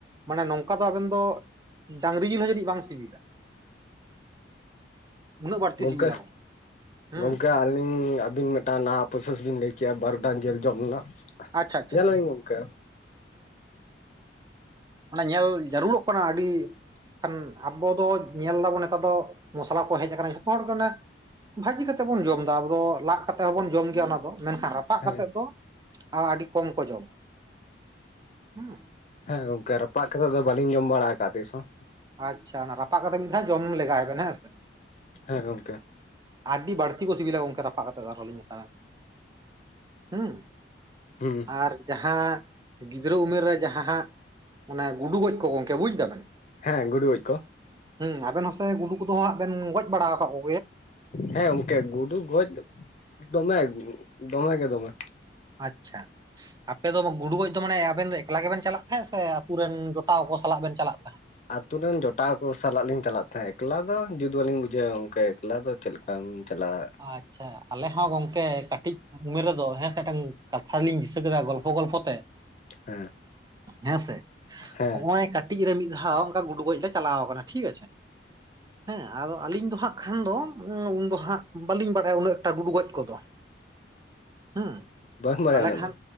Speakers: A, on the right; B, on the left.
A: ᱢᱟᱱᱮ ᱱᱚᱝᱠᱟ ᱫᱚ ᱟᱵᱮᱱ ᱫᱚ᱾ ᱰᱟᱝᱨᱤ ᱡᱤᱞ ᱦᱚᱸ ᱡᱟᱹᱱᱤᱡ ᱵᱟᱝ ᱥᱤᱵᱤᱞᱟ ᱩᱱᱟᱹᱜ ᱵᱟᱹᱲᱛᱤ
B: ᱜᱚᱢᱠᱮ
A: ᱥᱤᱵᱤᱞᱟ ᱜᱚᱝᱠᱮ᱾ ᱦᱩᱸ
B: ᱜᱚᱝᱠᱮ ᱟᱹᱞᱤᱧ ᱟᱹᱵᱤᱱ ᱢᱤᱫᱴᱟᱱ ᱱᱟᱣᱟ ᱯᱨᱚᱥᱮᱥ ᱵᱤᱱ ᱞᱟᱹᱭ ᱠᱮᱜᱼᱟ ᱵᱟᱨᱩᱰᱟᱝ ᱡᱮᱞ ᱡᱚᱢ ᱨᱮᱱᱟᱜ᱾
A: ᱟᱪᱪᱷᱟ ᱟᱪᱪᱷᱟ
B: ᱧᱮᱞᱵᱮᱱ
A: ᱟᱪᱪᱷᱟ
B: ᱜᱚᱢᱠᱮ᱾
A: ᱚᱱᱮ ᱧᱮᱞ ᱡᱟᱹᱨᱩᱲᱚᱜ ᱠᱟᱱᱟ ᱟᱹᱰᱤᱼᱼ ᱠᱷᱟᱱ ᱟᱵᱚ ᱫᱚ ᱧᱮᱞ ᱫᱟᱵᱚᱱ ᱱᱮᱛᱟᱨ ᱫᱚ ᱢᱚᱥᱞᱟ ᱠᱚ ᱦᱮᱡ ᱟᱠᱟᱱᱟ ᱡᱷᱚᱛᱚ ᱦᱚᱲ ᱚᱱᱮᱼᱼ ᱵᱷᱟᱹᱡᱤ ᱠᱟᱛᱮ ᱵᱚᱱ ᱡᱚᱢ ᱫᱟ ᱟᱵᱚ ᱫᱚ ᱞᱟᱫ ᱠᱟᱛᱮ ᱦᱚᱸᱵᱚᱱ ᱡᱚᱢ ᱜᱮᱭᱟ ᱚᱱᱟ ᱫᱚ ᱢᱮᱱᱠᱷᱟᱱᱼᱼ ᱨᱟᱯᱟᱜ
B: ᱦᱮᱸ
A: ᱠᱟᱛᱮᱫ ᱫᱚ ᱟᱹᱰᱤ ᱠᱚᱢ ᱠᱚ ᱡᱚᱢᱟ ᱦᱩᱸ᱾
B: ᱦᱮᱸ ᱜᱚᱝᱠᱮ ᱨᱟᱯᱟᱜ ᱠᱟᱛᱮᱜ ᱫᱚ ᱵᱟᱹᱞᱤᱧ ᱡᱚᱢ ᱵᱟᱲᱟ ᱟᱠᱟᱫ ᱛᱤᱥ ᱦᱚᱸ᱾
A: ᱟᱪᱪᱷᱟ ᱚᱱᱟ ᱨᱟᱯᱟᱜ ᱠᱟᱛᱮᱜ ᱢᱤᱫ ᱫᱷᱟ. ᱣ ᱡᱚᱢ ᱞᱮᱜᱟᱭ ᱵᱤᱱ ᱦᱮᱸ ᱥᱮ᱾
B: ᱦᱮᱸ ᱜᱚᱝᱠᱮ᱾
A: ᱟᱰᱤ ᱵᱟᱹᱲᱛᱤ ᱠᱚ ᱥᱤᱵᱤᱞᱟ ᱜᱚᱝᱠᱮ ᱨᱟᱯᱟᱜ ᱠᱟᱛᱮᱫ ᱫᱚ ᱟᱨᱦᱚᱸ ᱞᱤᱧ ᱢᱮᱛᱟᱵᱤᱱ ᱠᱟᱱᱟ᱾ ᱦᱩᱸ
B: ᱦᱩᱸ
A: ᱟᱨᱼᱼᱼ ᱡᱟᱦᱟᱸ ᱜᱤᱫᱽᱨᱟᱹ ᱩᱢᱮᱨ ᱨᱮ ᱡᱟᱦᱟᱸ ᱦᱟᱸᱜ ᱚᱱᱟ ᱜᱩᱰᱩ ᱜᱚᱡ ᱠᱚ ᱜᱚᱝᱠᱮ ᱵᱩᱡ ᱮᱟᱫᱟ ᱵᱮᱱ᱾
B: ᱦᱮᱸ ᱜᱩᱰᱩ ᱜᱚᱡᱼᱼᱼ
A: ᱦᱩᱸ ᱟᱵᱤᱱ ᱦᱚᱸ ᱥᱮ ᱜᱩᱰᱩ ᱠᱚᱫᱚ ᱦᱟᱸᱜ ᱵᱤᱱ ᱜᱚᱡ ᱵᱟᱲᱟᱣ ᱠᱟᱫ ᱠᱚᱼᱼᱼ
B: ᱦᱮᱸ ᱜᱚᱝᱠᱮ ᱜᱩᱰᱩ ᱜᱚᱡ ᱫᱚᱢᱮ ᱫᱚᱢᱮ ᱜᱮ ᱫᱚᱢᱮ᱾
A: ᱟᱪᱪᱷᱟ᱾ ᱟᱯᱮ ᱫᱚ ᱜᱩᱰᱩ ᱜᱚᱡ ᱫᱚ ᱢᱟᱱᱮ ᱟᱵᱮᱱ ᱫᱚ ᱮᱠᱞᱟ ᱜᱮ ᱵᱤᱱ ᱪᱟᱞᱟᱜ ᱛᱟᱦᱮᱸᱜ ᱥᱮ ᱟᱛᱩ ᱨᱮᱱ ᱡᱚᱴᱟᱣ ᱠᱚ ᱥᱟᱞᱟᱜ ᱵᱤᱱ ᱪᱟᱞᱟᱜ ᱛᱟᱦᱮᱸᱫ?
B: ᱟᱛᱩ ᱨᱮᱱ ᱡᱚᱴᱟᱣ ᱠᱚ ᱥᱟᱞᱟᱜ ᱞᱤᱧ ᱪᱟᱞᱟᱜ ᱛᱟᱦᱮᱸᱫ ᱮᱠᱞᱟ ᱫᱚ ᱡᱩᱛ ᱵᱟᱹᱞᱤᱧ ᱵᱩᱡᱷᱟᱹᱣᱟ ᱜᱚᱝᱠᱮ ᱮᱠᱞᱟ ᱫᱚ ᱪᱮᱫ ᱞᱮᱠᱟᱢ ᱪᱟᱞᱟᱜ ᱟ᱾
A: ᱟᱪᱪᱷᱟ ᱟᱞᱮ ᱦᱚᱸ ᱜᱚᱝᱠᱮ ᱠᱟᱹᱴᱤᱡ ᱩᱢᱮᱨ ᱨᱮᱫᱚ ᱦᱮᱸ ᱥᱮ ᱠᱟᱛᱷᱟ ᱞᱤᱧ ᱫᱤᱥᱟᱹ ᱠᱮᱫᱟ ᱜᱚᱞᱯᱷᱚ ᱜᱚᱞᱯᱷᱚ ᱛᱮ᱾
B: ᱦᱮᱸ
A: ᱦᱮᱸ ᱥᱮ
B: ᱦᱮᱸ
A: ᱦᱚᱸᱚᱭ ᱠᱟᱛ ᱠᱟᱹᱴᱤᱡ ᱨᱮ ᱢᱤᱫ ᱫᱷᱟᱣ ᱚᱱᱠᱟ ᱜᱩᱰᱩ ᱜᱚᱡ ᱞᱮ ᱪᱟᱞᱟᱣ ᱥᱠᱟᱱᱟ ᱴᱷᱤᱠ ᱟᱪᱷᱮ ᱦᱮᱸ ᱟᱫᱚ ᱟᱹᱞᱤᱧ ᱫᱚ ᱦᱟᱸᱜ ᱠᱷᱟᱱ ᱫᱚ ᱩᱱ ᱫᱚ ᱦᱟᱸᱜ ᱵᱟᱹᱞᱤᱧ ᱵᱟᱲᱟᱭᱟ ᱩᱱᱟᱹᱜ ᱴᱟ ᱜᱩᱰᱩ ᱜᱚᱡ ᱠᱚᱫᱚ ᱦᱩᱸ
B: ᱵᱟᱹᱧ ᱵᱟᱲᱟᱭᱟ
A: ᱛᱟᱦᱞᱮ
B: ᱩᱱᱟᱹᱜ
A: ᱠᱷᱟᱱ
B: ᱫᱚ